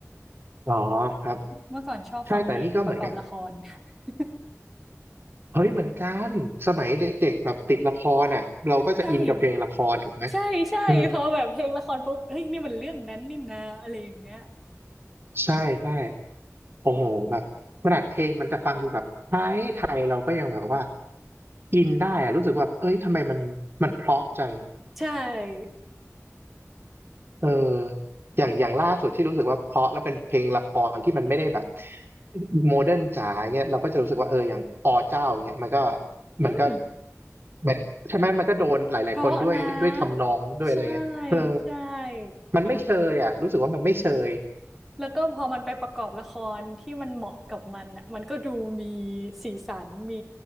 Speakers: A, on the right (about 45°); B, in the centre.
A: อ๋อครับ
B: เมื่อก่อนชอบฟังเพลงประกอบละคร
A: ใช่แต่นี่ก็เหมือนกับ
B: <laughs>
A: เฮ้ยเหมือนกันสมัยเด็กๆแบบติดละครอ่ะเราก็จะอินกับเพลงละครถูกไหม
B: ใช่ใช่ใช่พอแบบเพลงละครปุ๊บเฮ้ยนี่มันเรื่องนั้นนี่นะอะไรอย่างเงี้ย
A: อืมใช่ใช่ โอ้โหแบบขนาดเพลงมันจะฟังดูแบบไทยไทยเราก็ยังแบบว่าอินได้อะรู้สึกว่าเอ้ยทำไมมันมันเพราะจัง
B: ใช่
A: เอออย่างอย่างล่าสุดที่รู้สึกว่าเพราะแล้วเป็นเพลงละครที่มันไม่ได้แบบโมเดิร์นจ๋าเงี้ยเราก็จะรู้สึกว่าเอออย่างอเจ้าอย่างเงี้ยมันก็
B: อืม
A: มันก็แบบใช่ไหมมันก็โดนหลายๆคนด้วยด้วยทำนองด้วยอะไรเงี้ยเออ
B: เพราะนะใช่ใช่
A: มันไม่เชยอ่ะรู้สึกว่ามันไม่เชย
B: แล้วก็พอมันไปประกอบละครที่มันเหมาะกับมันอ่ะมันก็ดูมีสีสันมี